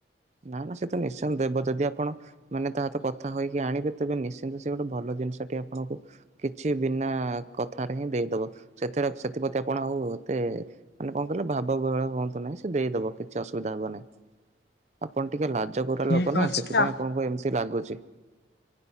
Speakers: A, on the right; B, on the left.
A: ନା ନା ସେ ତ ନିଶ୍ଚିନ୍ତ ଦେବ । ଯଦି ଆପଣ ମାନେ ତାହା ସହିତ କଥା ହେକି ଆଣିବେ ତେବେ ନିଶ୍ଚିନ୍ତ ସେ ଗୋଟେ ଭଲ ଜିନିଷଟି ଆପଣଙ୍କୁ କିଛି ବିନା କଥାରେ ହିଁ ଦେଇଦବ ସେଥି ସେଥିପ୍ରତି ଆପଣ ଆଉ ମତେ ମାନେ କଣ କହିଲେ ଭାବ ବଳା ହୁହନ୍ତୁ ନାହିଁ। ସେ ଦେଇଦବ କିଛି ଅସୁବିଧା ହବ ନାହିଁ। ଆପଣ ଟିକେ ଲାଜ କରିବା
B: ଠିକ୍
A: ଲୋକ ନା,
B: ଅଛି
A: ସେଥିପାଇଁ
B: ଆ
A: ଆପଣଙ୍କୁ ଏମିତି ଲାଗୁଛି।